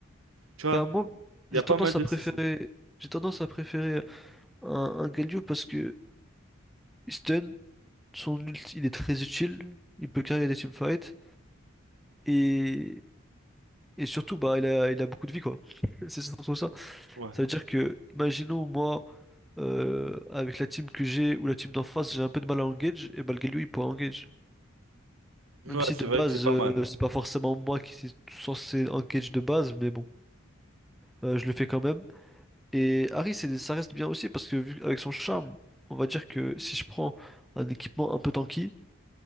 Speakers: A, on the right; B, in the centre.
A: Tu vois,
B: Bah, moi,
A: il
B: j'ai
A: y a
B: tendance
A: pas mal de
B: à préférer,
A: ceci.
B: j'ai tendance à préférer un, un Galio parce que Stun, son ult, il est très utile, il peut carrer des teamfights et, et surtout, bah, il a, il a beaucoup de vie, quoi. <laughs> C'est surtout ça.
A: Ouais.
B: Ça veut dire que, imaginons, moi, euh, avec la team que j'ai ou la team d'en face, j'ai un peu de mal à engage, et bah, le Galio, il pourra engage.
A: Ouais,
B: Même si
A: c'est
B: de base,
A: vrai que c'est pas
B: euh,
A: mal.
B: c'est pas forcément moi qui suis censé engage de base, mais bon, euh, je le fais quand même. Et Harry, c'est- ça reste bien aussi parce que vu avec son charme, on va dire que si je prends un équipement un peu tanky,